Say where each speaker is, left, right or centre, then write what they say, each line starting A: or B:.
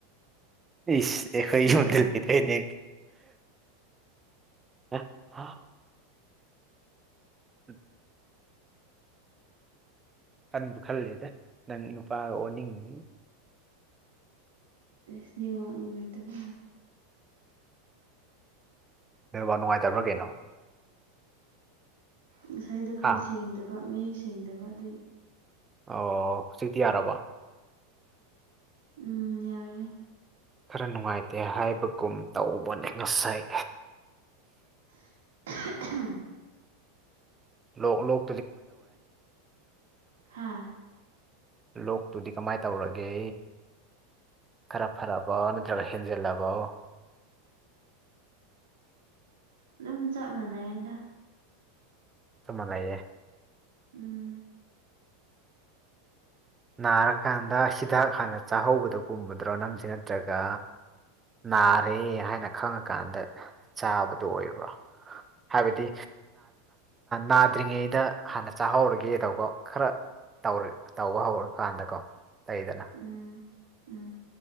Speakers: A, on the right; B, on the right.
A: ꯏꯁ ꯑꯩꯈꯣꯏ
B: ꯁꯤꯕꯥ
A: ꯌꯣꯟꯗꯕꯤꯔꯣꯏꯅꯦ <unintelligible> ꯎꯝ ꯈꯟꯕꯨ ꯈꯜꯂꯦꯗ ꯅꯪ ꯅꯨꯄꯥꯒ ꯑꯣꯅꯤꯡꯉꯤ
B: ꯑꯦꯅꯦꯉꯥꯛ ꯅꯨꯡꯉꯥꯏꯇꯕꯣ
A: ꯅꯕ ꯅꯨꯡꯉꯥꯏꯇꯕ꯭ꯔꯥ ꯀꯩꯅꯣ
B: ꯉꯁꯥꯏꯗꯣ ꯈꯔ
A: ꯍꯥ
B: ꯁꯦꯡꯗꯕ ꯃꯌꯦꯛ ꯁꯦꯡꯗꯕ ꯑꯗꯨꯏ
A: ꯑꯣ ꯍꯧꯖꯤꯛꯇꯤ ꯌꯥꯔꯕ
B: ꯎꯝ ꯌꯥꯔꯦ
A: ꯈꯔ ꯅꯨꯡꯉꯥꯏꯇꯦ ꯍꯥꯏꯕꯒꯨꯝ ꯇꯧꯕ ꯅꯤꯡꯉꯁꯩ
B: <unintelligible>
A: ꯂꯣꯛ ꯂꯣꯛ
B: ꯍꯥꯥ
A: ꯂꯣꯛꯇꯨꯗꯤ ꯀꯃꯥꯏ ꯇꯧꯔꯒꯦ ꯈꯔ ꯐꯔꯕꯣ ꯅꯠꯇ꯭ꯔꯒ ꯍꯦꯟꯖꯤꯜꯂꯕꯣ
B: ꯑꯗꯨꯝ ꯆꯞ ꯃꯥꯟꯅꯩ ꯑꯗ
A: ꯆꯃ ꯂꯩꯌꯦ
B: ꯎꯝ
A: ꯅꯥꯔꯀꯥꯟꯗ ꯍꯤꯗꯥꯛ ꯍꯥꯟꯅ ꯆꯥꯍꯧꯕꯗꯣꯒꯨꯝꯕꯗ꯭ꯔꯣ ꯅꯪꯁꯦ ꯅꯠꯇ꯭ꯔꯒ ꯅꯥꯔꯦ ꯍꯥꯏꯅ ꯈꯪꯉꯀꯥꯟꯗ ꯆꯥꯕꯗꯨꯣ ꯑꯣꯏꯕ꯭ꯔꯣ ꯍꯥꯏꯕꯗꯤ ꯅꯥꯗ꯭ꯔꯤꯉꯩꯗ ꯍꯥꯟꯅ ꯆꯥꯍꯧꯔꯒꯦꯗꯧꯕ ꯈꯔ ꯇꯧꯔ ꯇꯧꯕ ꯍꯧꯔꯀꯥꯟꯗꯀꯣ ꯂꯩꯗꯅ
B: ꯎꯝ ꯎꯝ